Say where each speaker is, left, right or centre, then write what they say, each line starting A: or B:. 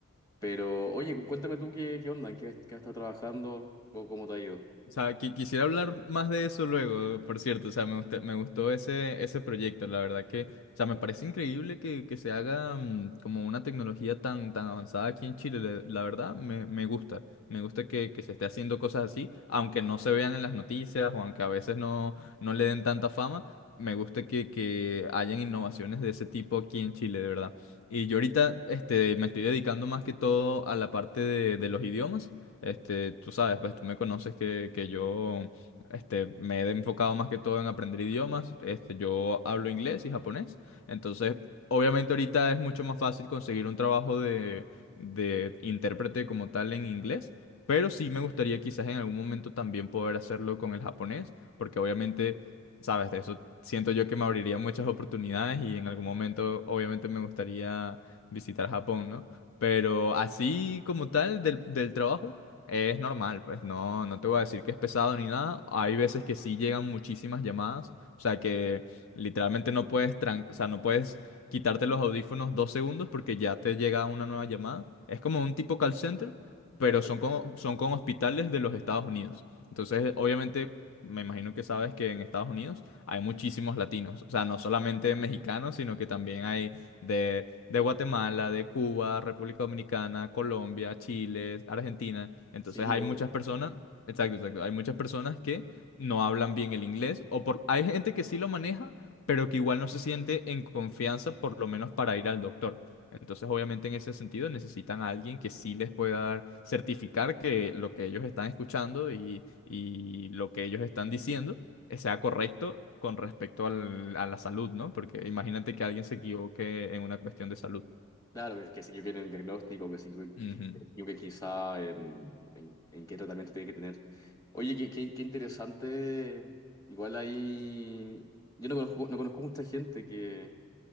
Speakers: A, on the left; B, on the left.
A: Pero, oye, cu- cuéntame tú qué, qué onda, en qué, qué has estado trabajando, cómo, cómo te ha ido.
B: O sea, qui- quisiera hablar más de eso luego, por cierto. O sea, me gusta- me gustó ese, ese proyecto. La verdad que, o sea, me parece increíble que, que se haga mm, como una tecnología tan, tan avanzada aquí en Chile. Le- La, verdad, me, me gusta. Me gusta que, que se esté haciendo cosas así, aunque no se vean en las noticias o aunque a veces no, no le den tanta fama. Me gusta que, que hayan innovaciones de ese tipo aquí en Chile, de verdad. Y yo ahorita este, me estoy dedicando más que todo a la parte de de los idiomas. Este, tú sabes, pues tú me conoces que, que yo este, me he enfocado más que todo en aprender idiomas. Este, yo hablo inglés y japonés. Entonces, obviamente ahorita es mucho más fácil conseguir un trabajo de, de intérprete como tal en inglés. Pero sí me gustaría quizás en algún momento también poder hacerlo con el japonés, porque obviamente, sabes, de eso siento yo que me abriría muchas oportunidades y en algún momento obviamente me gustaría visitar Japón, ¿no? Pero así como tal del, del trabajo. Es normal, pues no, no te voy a decir que es pesado ni nada. Hay veces que sí llegan muchísimas llamadas, o sea que literalmente no puedes, tran- o sea, no puedes quitarte los audífonos dos segundos porque ya te llega una nueva llamada. Es como un tipo call center, pero
A: Perfecto.
B: son con, son con hospitales de los Estados Unidos. Entonces, obviamente, me imagino que sabes que en Estados Unidos hay muchísimos latinos, o sea, no solamente mexicanos, sino que también hay de, de Guatemala, de Cuba, República Dominicana, Colombia, Chile, Argentina. Entonces
A: Sí,
B: hay
A: obvio.
B: muchas personas, exacto, exacto, hay muchas personas que no hablan bien el inglés o por, hay gente que sí lo maneja, pero que igual no se siente en confianza, por lo menos para ir al doctor. Entonces, obviamente, en ese sentido necesitan a alguien que sí les pueda dar, certificar que lo que ellos están escuchando y, y lo que ellos están diciendo sea correcto con respecto al- a la salud, ¿no? Porque imagínate que alguien se equivoque en una cuestión de salud.
A: Claro, que, que sí que quieren el diagnóstico, que sí que, qui-
B: Ujú.
A: que sí que quizá en, en- en qué tratamiento tiene que tener. Oye, qué, qué, qué interesante. Igual ahí. Yo no conozco, no conozco mucha gente que.